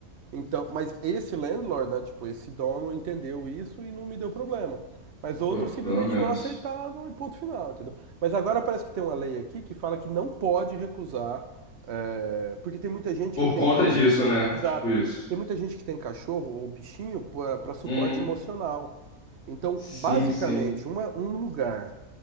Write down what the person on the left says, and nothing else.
Pô,
pelo menos.
Por
conta
disso, né?
Tipo isso.
Uhum.
Sim,
sim.